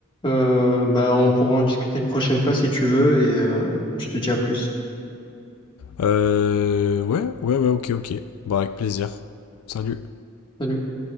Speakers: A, on the left; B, on the left.
A: Euh, ben, on pourra en discuter une prochaine fois si tu veux et euh, je te dis à plus.
B: Euh, ouais, ouais, ouais, ok, ok. Bah, avec plaisir. Salut.
A: Salut.